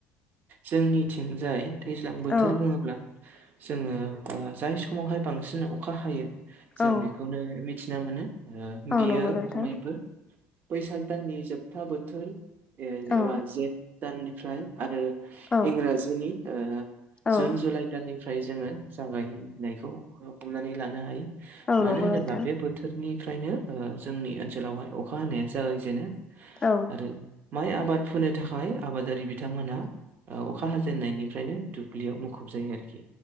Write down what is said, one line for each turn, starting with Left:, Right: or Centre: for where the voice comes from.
Right: जोंनिथिंजाय दैज्लां बोथोर
Left: औ
Right: बुङोब्ला जोङो जाय समावहाय बांसिन अखा हायो जों
Left: औ
Right: बेखौनो मिथिना मोनो
Left: औ
Right: बियो
Left: नंगौ नोंथां
Right: खमैबो बैसाग दाननि जोबथा बोथोर
Left: औ
Right: एबा जेठ दाननिफ्राय आरो
Left: औ
Right: इंराजिनि
Left: औ
Right: जुन जुलाइ गोदाननिफ्राय जोङो जागायनायखौ हमनानै लानो हायो।
Left: औ
Right: मानो
Left: नंगौ
Right: होनोब्ला
Left: नोंथां
Right: बे बोथोर निफ्रायनो जोंनि ओनसोलावहाय अखा हानाया जागायजेनो।
Left: औ।
Right: आरो माइ आबाद फो थाखाय आबादारि बिथांमोनहा अखा हाजेननायनिफ्रायनो दुब्लियाव मुखुब जायो आरोखि।